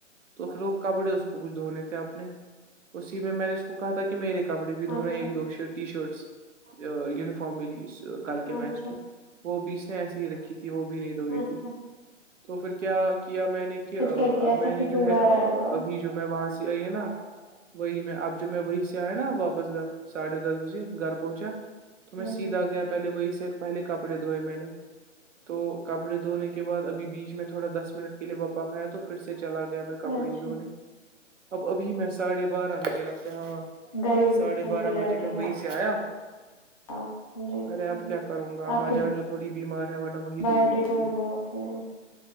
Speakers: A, on the right; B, on the left.
A: تو پھر وہ کپڑے اس کو کچھ دھونے تھے اپنے اسی میں میں نے اس کو کہا تھا کہ میرے کپڑے بھی دھونا
B: اچھا
A: ایک
B: اچھا
A: دو ٹی شرٹس یونیفارم ملی کل کے
B: اچھا
A: میچ کی وہ بھی اس نے ایسے ہی رکھی تھی وہ بھی نہیں دھوئی تھی
B: اچھا
A: تو پھر کیا کیا میں نے کہ
B: پھر کیا کیا
A: اب
B: ایسا
A: میں نے
B: پھر
A: جو
B: کیوں
A: ہے
B: گھر آیا تھا وہ
A: ابھی جو میں وہاں سے آئی ہے نا وہی میں اب جو میں وہیں سے آیا نا واپس گھر ساڑھے دس بجے گھر پہنچا تو میں
B: ہوں
A: سیدھا گیا پہلے وہی سے پہلے کپڑے دھوئے میں نے تو کپڑے دھونے کے بع ابھی بیچ میں تھوڑا دس منٹ کے لیے باپا کھیا تھا تو پھر سے چلا گیا میں
B: ہوں
A: کپڑے
B: اچھا
A: دھونے اب ابھی میں ساھے بارہ بجے لگتا ہاں
B: گھریلو
A: ساڈے
B: قسم
A: بارہ
B: کے
A: بجے
B: لڑکے
A: میں وہی
B: ہیں
A: سے آیا
B: آپ جی
A: ارے اب
B: جی
A: کیا کروں گا آمما
B: آپ کے
A: جان جو تھوڑی بیمار ہے نا وہی
B: بایوڈی
A: دھو دیتی
B: کوئی
A: تھی
B: بات نہیں